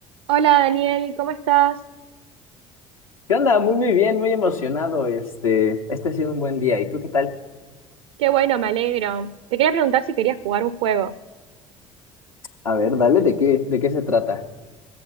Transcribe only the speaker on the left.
¿Qué onda? Muy, muy bien, muy emocionado. Este, este ha sido un buen día. ¿Y tú qué tal?
A ver, dale, ¿de qué, de qué se trata?